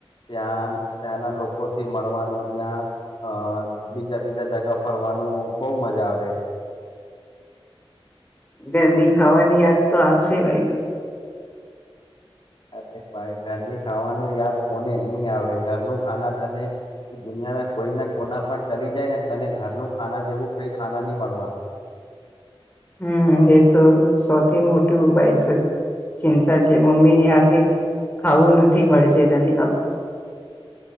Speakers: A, on the left; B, on the left.
A: ત્યાં ત્યાંના લોકોથી મળવાનું ત્યાં અ બીજા બીજા જગા ફરવાનું બહ મજા આવે.
B: જરની ખાવાની યાદ તો આવશે ભાઈ.
A: અરે ભાઈ ઘરની ખાવાનું યાદ કોને નહી આવે ઘરનું ખાના તને દુનિયાના કોઈ ના કોના પણ ચલી જાય ને તને ઘરનું ખાના જેવું કઈ ખાના નહી મળવાનું.
B: હમ એ તો સૌથી મોટું ભાઈ ચિંતા છે મમ્મીની હાથ ની ખાવું નથી મળશે તને.